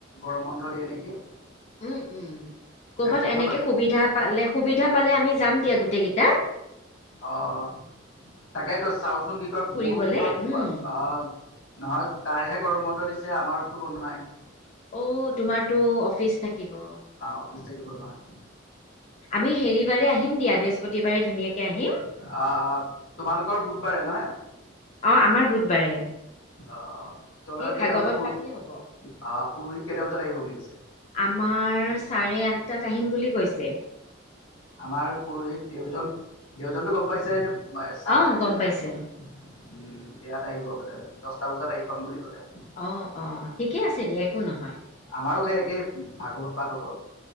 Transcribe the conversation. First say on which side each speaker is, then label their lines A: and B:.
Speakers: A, on the left; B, on the left.
A: গৰম বন্ধ দিয়ে নেকি।
B: উম, উম কৰ'বাত
A: এক তাৰিখৰ
B: এনেকে
A: পৰা
B: সুবিধা পালে সুবিধা পালে আমি যাম দিয়া গোটেই কেইটা।
A: অ', তাকে তই চাওচোন কি কয়
B: ফুৰিবলে
A: মোৰো কি কয়
B: উম
A: অ' নহয় তাৰহে গৰম বন্ধ দিছে আমাৰতো বন্ধ নাই।
B: অ', তোমাৰতো অফিচ থাকিব।
A: অফিচ থাকিব নহয়
B: আমি হেৰি বাৰে আহিম দিয়া বৃহস্পতিবাৰে ধুনীয়াকে আহিম।
A: অ', তোমালোকৰ বুধবাৰে নহয়?
B: অ', আমাৰ বুধবাৰে।
A: অ', তোমালোকৰ
B: সেই
A: কেইটা
B: ভাগৱত
A: বজাত পু অ'
B: পাতিলে হ'ব
A: পৰোহিত কেইটা বজাত আহিব বুলি কৈছে?
B: আমাৰ চাৰে আঠটাত আহিম বুলি কৈছে।
A: আমাৰ পুৰোহিত দেউজন দেউজনতো গম পাইছায়ে যে পাই চানমাৰিত
B: অ গম
A: যে থাকে।
B: পাইছো
A: উম, ইয়াত আহিব বোলে দহটা বজাত আহি পাম বুলি ক'লে।
B: অ', অ', ঠিকে আছে দিয় একো নহয়।
A: আমাৰো সেই একেই ভাগৱত পাঠ হ'ব।